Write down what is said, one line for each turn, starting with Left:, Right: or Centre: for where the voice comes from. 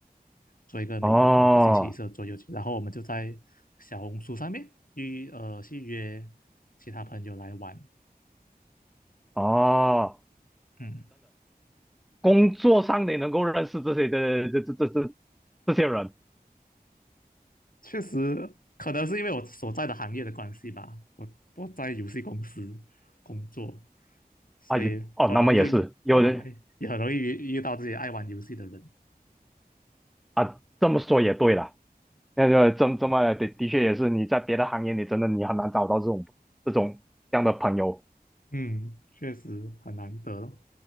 Left: 做一个每个每个星期一次的桌游局。
Centre: 哦
Left: 然后我们就在小红书上面预呃去约其他朋友来玩，
Centre: 哦。
Left: 嗯。
Centre: 工作上你能够认识这些的这这这这这些人
Left: 确实，可能是因为我所在的行业的关系吧，我我在游戏公司工作，所以很容易就遇啊，
Centre: 啊，也哦，那么也是有人
Left: 也很容易遇遇到自己爱玩游戏的人。
Centre: 啊，这么说也对了，那个这这么的的确也是你在别的行业你真的你很难找到这种这种这样的朋友，
Left: 嗯，确实很难得